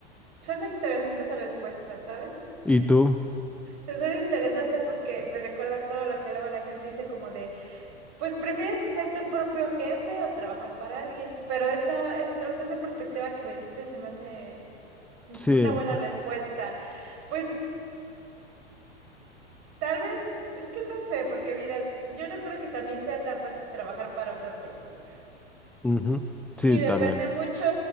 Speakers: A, on the right; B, in the centre.
A: Suena interesante esa respuesta, ¿sabes?
B: ¿Y tú?
A: se Suena interesante porque me recuerda todo lo que luego la gente dice como de Pues prefieres ser tu propio jefe o trabajar para alguien, pero esa, es, o sea, esa perspectiva que me diste se me hace
B: Sí,
A: una buena respuesta. Pues tal vez, es que no sé, porque mira, yo no creo que también sea tan fácil trabajar para otra persona.
B: ujú, Sí,
A: Y depende
B: también.
A: mucho